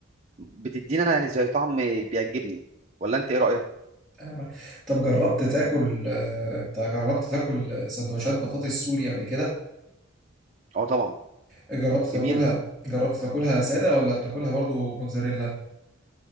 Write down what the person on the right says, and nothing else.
بتدينا انا يعني زي طعم بيعجبني ولا انت ايه رايك
اه طبعا
جميله